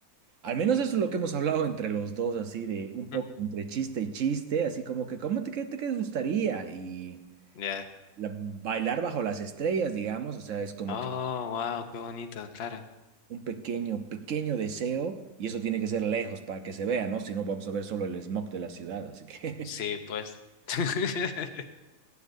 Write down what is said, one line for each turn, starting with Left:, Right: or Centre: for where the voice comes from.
Right: al menos eso es lo que hemos hablado entre los dos, así de un poco
Left: mm,
Right: entre chiste y chiste, así como que, ¿cómo te, qué te qué te gustaría? Y
Left: Ya.
Right: la- bailar bajo las estrellas, digamos, o sea, es como
Left: Oh,
Right: que
Left: wow, qué bonito, claro.
Right: un pequeño, pequeño deseo, y eso tiene que ser lejos para que se vea, ¿no? Si no, vamos a ver solo el smog de la ciudad, así que
Left: Sí, pues. <laughs>